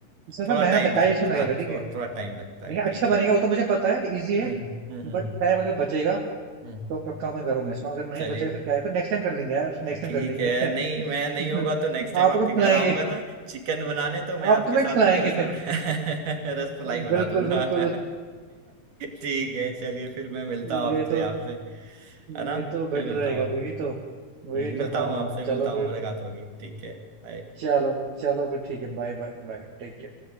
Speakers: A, on the right; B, on the right.
A: इसमें थोड़ा
B: थोड़ा
A: मेहनत
B: टाइम
A: है टाइम
B: लग
A: इसमें लगेगा
B: हाँ थो,
A: ठीक है
B: थोड़ा टाइम लगता है
A: लेकिन अच्छे
B: ठीक है
A: बनेंगे वो तो मुझे पता है इजी
B: हम्म
A: है
B: हम्म हम्म हम्म,
A: बट
B: हम्म।
A: टाइम अगर बचेगा
B: हम्म, हम्म।
A: तो पक्का मैं करूंगा इसको अगर नहीं
B: चलिए
A: बचेगा फिर क्या है फिर नेक्स्ट टाइम कर लेंगे यार नेक्स्ट टाइम
B: ठीक
A: कर लेंगे
B: है
A: <laughs>
B: नहीं मैं नहीं होगा तो नेक्स्ट टाइम
A: आपको
B: आपके
A: खिलाएंगे
B: घर आऊंगा ना चिकन बनाने तो मैं आपके
A: आप तुम्हें
B: साथ
A: खिलाएंगे
B: मिलकर रस <laughs> रसमलाई
A: <laughs>
B: बना
A: बिल्कुल
B: दूंगा
A: बिल्कुल
B: <laughs> ठीक है चलिए फिर मैं मिलता
A: <laughs> ये
B: हूँ आपसे
A: तो
B: आपसे है ना
A: ये तो
B: फिर
A: बेटर
B: मिलता
A: रहेगा
B: हूँ आप-
A: वही तो वही
B: हम्म, मिलता
A: तो हाँ
B: हूँ आपसे
A: हाँ चलो
B: मिलता हूँ
A: फिर
B: मुलाकात होगी ठीक है बाय
A: चलो चलो फिर ठीक है bye bye bye take care